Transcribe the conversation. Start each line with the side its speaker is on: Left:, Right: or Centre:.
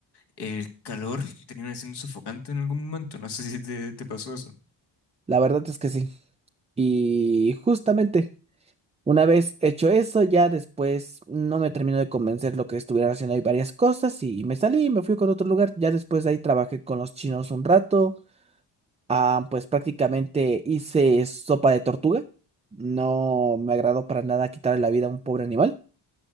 Left: El calor termina siendo sofocante en algún momento. No sé si te, te pasó eso.
Right: La verdad es que sí. Y justamente, una vez hecho eso, ya después no me terminó de convencer lo que estuvieran haciendo ahí varias cosas y me salí y me fui con otro lugar. Ya después de ahí trabajé con los chinos un rato. Ah, pues prácticamente hice sopa de tortuga. No me agradó para nada quitarle la vida a un pobre animal.